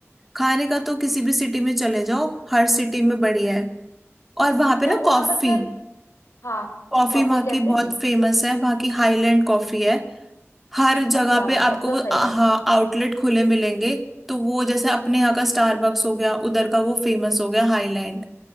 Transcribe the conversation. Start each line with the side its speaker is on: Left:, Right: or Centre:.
Centre: खाने का तो किसी भी सिटी में चले जाओ हर सिटी में बढ़िया है और वहां पे
Left: तो
Centre: ना
Left: वहां
Centre: कॉफी
Left: पर सिर्फ हाँ
Centre: कॉफी
Left: कॉफी
Centre: वहाँ
Left: कैसी
Centre: की बहुत फेमस है वहाँ की हाईलैंड कॉफी है हर
Left: अच्छा
Centre: जगह पे आपको
Left: तब तो
Centre: वो
Left: सही
Centre: आ-
Left: है
Centre: हाँ आउटलेट खुले मिलेंगे तो वो जैसे अपने यहाँ का स्टारबक्स हो गया उधर का वो फेमस हो गया हाईलैंड